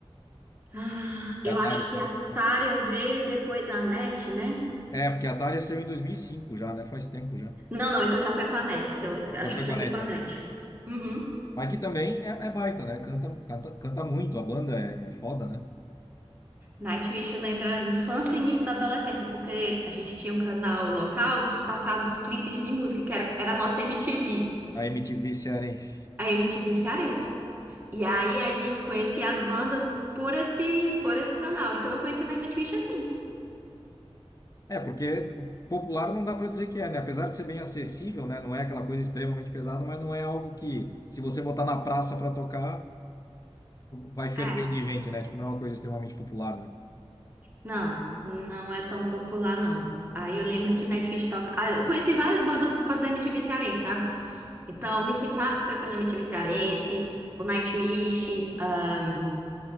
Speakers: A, on the right (about 20°); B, on the left (about 35°).
A: Ah, eu
B: É a Atari
A: acho que
B: também.
A: a Tária veio e depois a Annette, né?
B: É, porque a Atari saiu em 2005 já, né? Faz tempo já.
A: Não, não, então já foi com a Net. Eu
B: Já
A: acho
B: foi
A: que
B: com
A: já
B: a
A: foi
B: NET,
A: com a
B: é.
A: Net. Uhum.
B: Mas que também é, é baita, né? Canta, canta, canta muito, a banda é, é foda, né?
A: Nightwish lembra a infância e início da adolescência, porque a gente tinha um canal local que passava os clipes de música, que era, era a nossa MTV,
B: A MTV cearense.
A: a MTV cearense. E aí a gente conhecia as bandas por esse, por esse canal. Então eu conheci Nightwish assim.
B: É, porque o popular não dá pra dizer que é, né? Apesar de ser bem acessível, né? Não é aquela coisa extremamente pesada, mas não é algo que, se você botar na praça pra tocar, vai ferver
A: É,
B: de gente, né? Tipo, não é uma coisa extremamente popular, né?
A: não, não é tão popular, não. Aí eu lembro que Nightwish toca. Ah, eu conheci várias bandas por causa da MTV cearense, sabe? Então, Linkin Park foi pela MTV Cearense, o Nightwish, ahn,